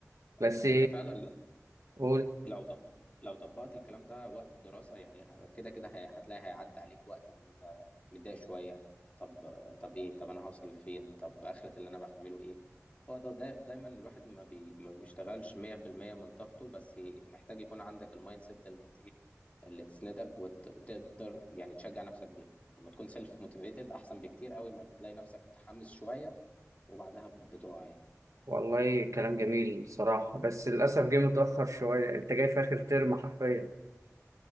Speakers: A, on the right; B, on the left.
A: بس
B: انت انت فعلا
A: قول
B: لو طب لو طبقت الكلام ده وقت الدراسة يعني ه- كده كده هي- هتلاقي هيعدي عليك وقت ان انت متضايق شوية طب طب ايه طب انا هوصل لفين طب اخرة اللي انا بعمله ايه هو ده دا دايما الواحد ما, بي ما بيشتغلش 100% من طاقته بس محتاج يكون عندك المايند سيت اللي ت- ايه اللي تسندك وت- وتقدر يعني تشجع نفسك بيها لما تكون سيلف موتيفيتد احسن بكتير قوي ما تلاقي نفسك متحمس شوية وبعدها بتقع يعني.
A: والله كلام جميل بصراحة بس للأسف جه متأخر شوية أنت جاي في آخر ترم حرفيا